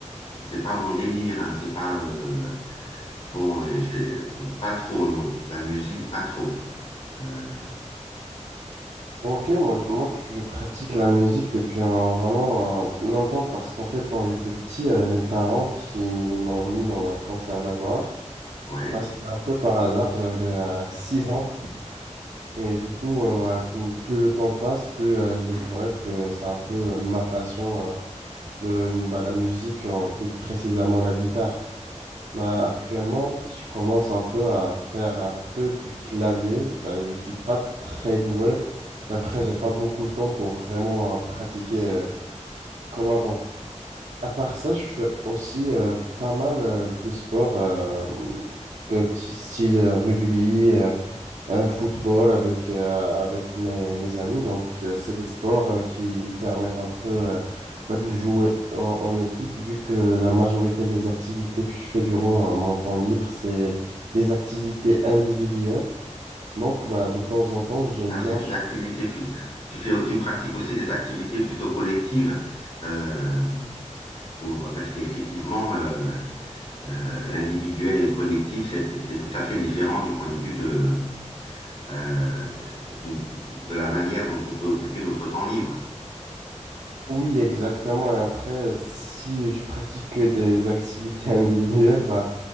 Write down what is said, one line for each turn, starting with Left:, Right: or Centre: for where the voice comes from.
Left: c'est pas mon délire, hein, c'est pas euh, bon, euh, j'ai pas trop non, la musique pas trop. Euh,
Right: Ok, moi, je- moi tu- je pratique la musique depuis un, vraiment un- longtemps parce qu'en fait, quand j'étais petit, il y avait mes parents qui m'ont mis dans un conservatoire.
Left: ouais,
Right: Ah, c'était un peu par hasard, j'avais euh, 6 ans. Et du coup, euh, voilà, cou- plus le temps passe, plus euh, je découvrais que c'est un peu euh, ma passion euh, de bah, la musique, euh, plus précisément la guitare. Bah, actuellement, je commence un peu à faire un peu du clavier. Bah, je suis pas très doué. Après, j'ai pas beaucoup de temps pour vraiment euh, pratiquer euh, comme avant. À part ça, je fais aussi euh, pas mal euh, de sports euh, que- t- style euh, rugby. euh, Un football avec, euh, avec mes, mes amis. Donc, euh, c'est des sports euh, qui me permettent un peu euh, bah, de jouer en, en équipe, vu que la majorité des activités que je fais durant euh, mon temps libre, c'est des activités individuelles. Donc, bah, de temps en temps, j'aime
Left: ah,
Right: bien
Left: c'est une activité plus, tu fais, tu pratiques aussi des activités plutôt collectives euh, pour parce qu'effectivement euh, euh, l'individuel et le collectif c'est c'est tout à fait différent du point de vue de euh, de la manière dont on peut occuper notre temps libre.
Right: Oui, exactement. Et après, si je pratique que des activités <laughs> individuelles, bah,